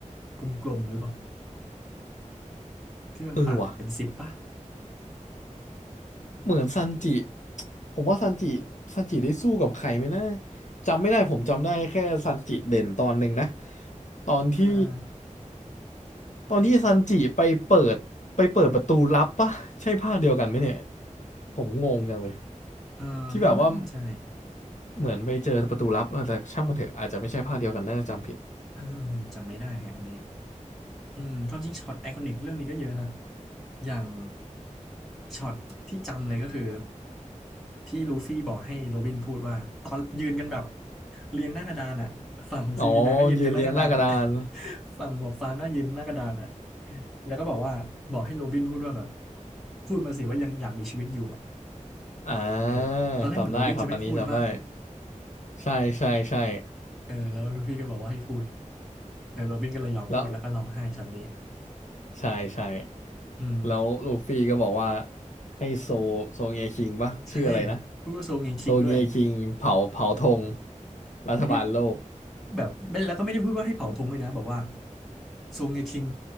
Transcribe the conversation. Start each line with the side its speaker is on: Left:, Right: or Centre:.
Centre: กลมๆหรือเปล่าที่มันปากเป็นสิบป่ะ
Left: เออว่ะเหมือนซันจิผมว่าซันจิซันจิได้สู้กับใครไหมนะจำไม่ได้ผมจำได้แค่ซันจิเด่นตอนหนึ่งนะตอนที่
Centre: อ่าอ่า
Left: ตอนที่ซันจิไปเปิดไปเปิดประตูลับปะใช่ภาคเดียวกันไหมเนี่ยผมงงจังเลย
Centre: เออไม่มั่นใจ
Left: ที่แบบว่าเหมือนไปเจอประตูลับเออแต่ช่างมันเถอะอาจจะไม่ใช่ภาคเดียวกันน่าจะจำผิด
Centre: เออผมจำไม่ได้ฮะอันนี้ อืม ความจริงช็อตไอคอนิกเรื่องนี้ก็เยอะนะอย่างช็อตที่จำเลยก็คือที่ลูฟี่บอกให้โรบินพูดว่าตอนยืนกันแบบเรียงหน้ากระดานอ่ะฝั่งซีพีไนก็ยืนเรียงหน้ากระดาน
Left: อ๋อยืนเรียงหน้ากระดาน
Centre: <laughs> ฝั่งหมวกฟางก็ยืนหน้ากระดานอ่ะแล้วก็บอกว่าบอกให้โรบินพูดว่าแบบพูดมาสิว่ายังอยากมีชีวิตอยู่อ่ะ
Left: อ่า
Centre: เออตอนแรกเหมือนโรบินจะไม่พูดว่า
Left: จำได้ครับอันนี้จำได้ใช่ใช่ใช่
Centre: เออแล้วลูฟี่ก็บอกว่าให้พูดเออโรบินก็เลยยอมพูดแล้วก็ร้องไห้ช็อตนี้
Left: แล้ว ใช่ใช่
Centre: อืม
Left: แล้วลูฟี่ก็บอกว่าให้โซโซเงียคิงปะชื่ออะไรนะ
Centre: ใช่พูดว่าโซงเงคิงด้วย
Left: โซเงียคิงเผาเผาธงรัฐบาลโลก
Centre: ไม่ได้ แบบไม่แล้วก็ไม่ได้พูดว่าให้เผาธงเลยนะบอกว่าทรงไงคิง